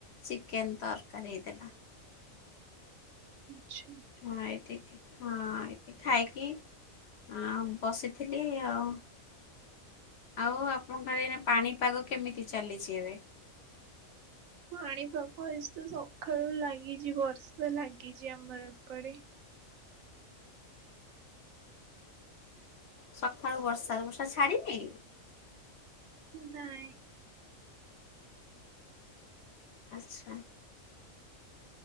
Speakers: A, on the left (about 60°); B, on the right (about 75°).
A: ଚିକେନ ତରକାରୀ ହେଇଥିଲା।
B: ଆଚ୍ଛା।
A: ହଁ ଏଇଠୀ ହଁ ଏଇଠି ଖାଇକି ହଁ ବସିଥିଲି ଆଉ। ଆଉ ଆପଣଙ୍କର ଆଡେ ଏନା ପାଣିପାଗ କେମିତି ଚାଲିଛି ଏବେ?
B: ପାଣିପାଗ ଏ ତ ସଖାଳୁ ଲାଗିଛି ବର୍ଷା ଲାଗିଛି ଆମର ଏପଡେ।
A: ସକାଳୁ ବର୍ଷା। ବର୍ଷା ଛାଡିନି?
B: ନାଇ।
A: ଆଚ୍ଛା।